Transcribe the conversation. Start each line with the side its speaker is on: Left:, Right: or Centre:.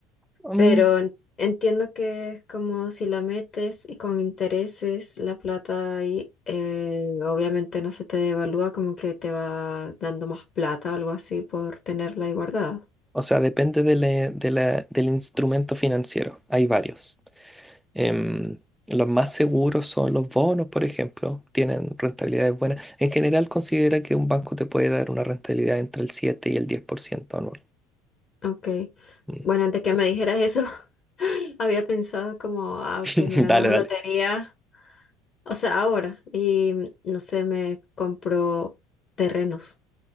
Centre: Mm,
Left: pero en- entiendo que es como si la metes y con intereses la plata ahí, eh, obviamente no se te devalúa, como que te va dando más plata o algo así por tenerla ahí guardada.
Centre: o sea, depende de la- de la- del instrumento financiero. Hay varios. Em, los más seguros son los bonos, por ejemplo. Tienen rentabilidades buenas. En general, considera que un banco te puede dar una rentabilidad entre el 7 y el 10% anual.
Left: Ok,
Centre: Mm.
Left: bueno, antes que me dijeras eso, <laughs> había pensado como, ah,
Centre: <laughs>
Left: ok, me ganó
Centre: Dale,
Left: la
Centre: dale.
Left: lotería, o sea, ahora, y no sé, me compro terrenos.